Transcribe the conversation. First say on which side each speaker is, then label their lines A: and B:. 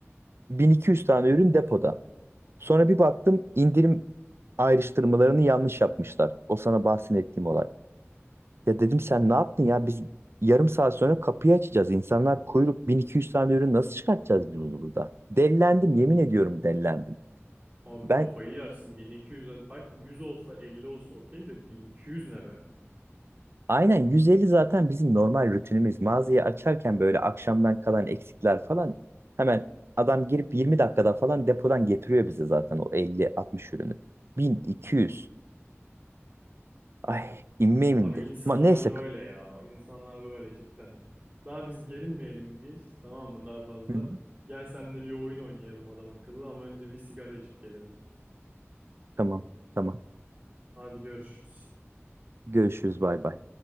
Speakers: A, on the right; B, on the right.
A: 1200 tane ürün depoda. Sonra bir baktım indirim ayrıştırmalarını yanlış yapmışlar. O sana bahsettiğim olay. Ya dedim sen ne yaptın ya biz yarım saat sonra kapıyı açacağız. İnsanlar kuyruk 1200 tane ürün nasıl çıkartacağız biz bunu burada? Dellendim yemin ediyorum dellendim.
B: Abi
A: Ben
B: kafayı yersin. 1200 belki 100 olsa 50 olsa okey de 1200 ne be?
A: aynen 150 zaten bizim normal rutinimiz. Mağazayı açarken böyle akşamdan kalan eksikler falan hemen adam girip 20 dakikada falan depodan getiriyor bize zaten o 50-60 ürünü. 1200. Ay inmeyeyim indi.
B: Abi insanlar
A: Ama neyse.
B: böyle ya. İnsanlar böyle cidden. Daha biz gerilmeyelim biz. Tamam mı daha fazla?
A: Hı hı.
B: Gel seninle bir oyun oynayalım adam akıllı ama önce bir sigara içip gelelim.
A: Tamam, tamam.
B: Hadi görüşürüz.
A: Görüşürüz. Bay bay.